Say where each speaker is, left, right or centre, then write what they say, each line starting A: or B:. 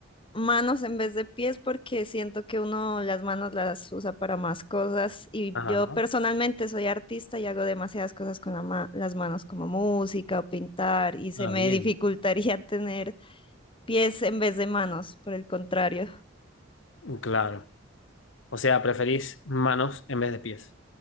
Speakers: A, on the left (about 25°); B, on the left (about 75°).
A: manos en vez de pies porque siento que uno las manos las usa para más cosas y
B: Ajá.
A: yo personalmente soy artista y hago demasiadas cosas con la ma- las manos como música o pintar y se
B: Ah,
A: me
B: bien.
A: dificultaría <laughs> tener pies en vez de manos, por el contrario.
B: Claro. O sea, preferís manos en vez de pies.